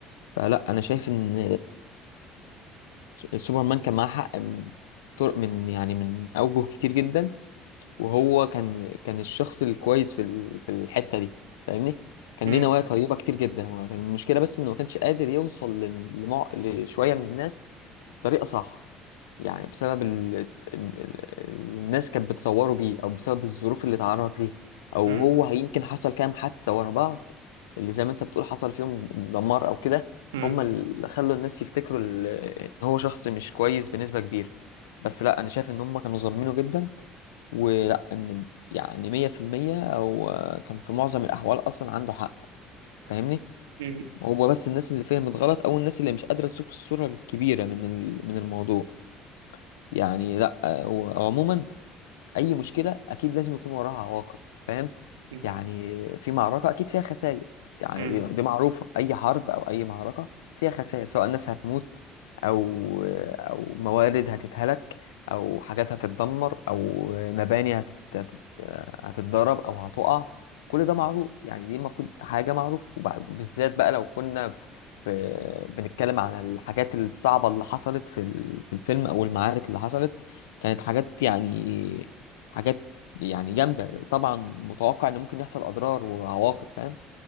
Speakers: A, on the left; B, on the right.
A: فلا أنا شايف إن سوبرمان كان معاه حق من طرق من يعني من أوجه كتير جدا وهو كان كان الشخص الكويس في ال- في الحتة دي فاهمني كان
B: م-
A: ليه نوايا طيبة كتير جدا هو كان المشكلة بس إنه ما كانش قادر يوصل لل- لمع... لشوية من الناس بطريقة صح يعني بسبب ال... ال... ال- الناس كانت بتصوره بيه او بسبب الظروف اللي اتعرض ليها او
B: م-
A: هو يمكن حصل كام حادثة ورا بعض اللي زي ما انت بتقول حصل فيهم دمار او كده
B: م-
A: هم اللي خلوا الناس يفتكروا ال- ان هو شخص مش كويس بنسبة كبيرة بس لا انا شايف ان هم كانوا ظالمينه جدا ولا ان يعني مية في المية او آه، كان في معظم الاحوال اصلا عنده حق فاهمني
B: م-
A: هو بس الناس اللي فهمت غلط او الناس اللي مش قادرة تشوف الصورة الكبيرة من ال- من الموضوع يعني لا وعموما اي مشكله اكيد لازم يكون وراها عواقب فاهم
B: م-
A: يعني في معركه اكيد فيها خسائر يعني
B: م-
A: دي دي معروفه اي حرب او اي معركه فيها خسائر سواء ناس هتموت او او موارد هتتهلك او حاجات هتتدمر او مباني هتت... هت- هتتضرب او هتقع كل ده معروف يعني دي المفروض حاجه معروفه وبالذات بقى لو كنا في... في... بنتكلم عن الحاجات الصعبه اللي حصلت في ال- في الفيلم او المعارك اللي حصلت كانت حاجات يعني حاجات يعني جامدة طبعا متوقع ان ممكن يحصل اضرار وعواقب فاهم